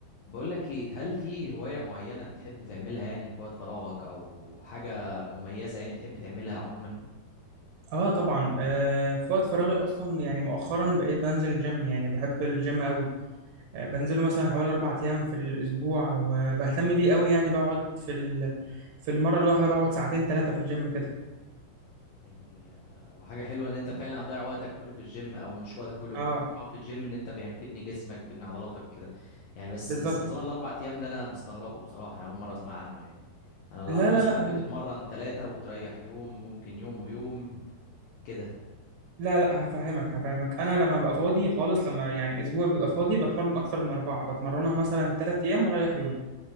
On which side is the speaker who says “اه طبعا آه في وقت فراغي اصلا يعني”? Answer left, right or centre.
Right